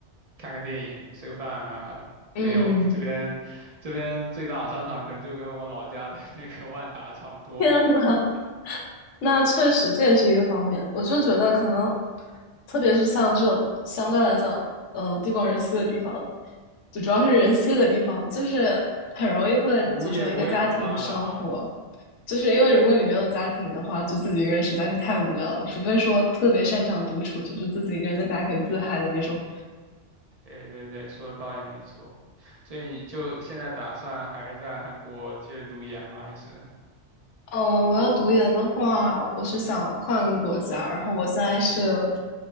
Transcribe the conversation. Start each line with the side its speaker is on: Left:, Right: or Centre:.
Right: 看个电影、吃个饭啊，
Left: 嗯，
Right: 没有。这边这边最大的商场可能就跟我老家的 <laughs> 那个万达差不多，
Left: 天呐，那确实这也是一个方面。我就觉得可能，特别是像这种相对来讲，呃，地广人稀的地方，就主要是人稀的地方，就是很容易会组成一个家庭生活。
Right: 服务业不会很发达。
Left: 就是因为如果你没有家庭的话，就自己一个人实在是太无聊了，除非说特别擅长独处，就是自己一个人在家可以自嗨的那种。
Right: 对对对，说的倒也没错。所以你就现在打算还是在韩国接着读研吗？还是？
Left: 呃，我要读研的话，我是想换个国家，然后我现在是，